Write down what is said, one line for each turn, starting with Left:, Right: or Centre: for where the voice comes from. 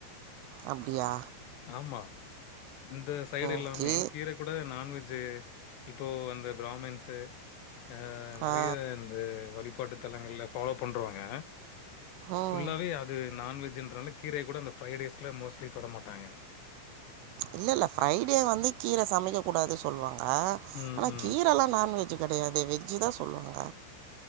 Right: அப்டியா
Left: ஆமா இந்த சைடு எல்லாமே
Right: ஓகே
Left: கீரக் கூட நான்வெஜ்ஜு இப்போ அந்த ப்ராமின்ஸ்சு அ நெறைய
Right: ஆ
Left: வந்து வழிபாட்டு தலங்கள்ல ஃபாலோ பண்றுவாங்க
Right: ம்
Left: ஃபுல்லாவே அது நான்வெஜ்ஜுன்றனால கீரைய கூட அந்த ஃப்ரைடேஸ்ல மோஸ்ட்லி தொட மாட்டாங்க
Right: இல்லல்ல ஃப்ரைடே வந்து கீர சமைக்க கூடாது சொல்வாங்க
Left: ம்,
Right: ஆனா
Left: ம்.
Right: கீரெல்லா நான்வெஜ் கெடையாதே வெஜ்ஜு தா சொல்வாங்க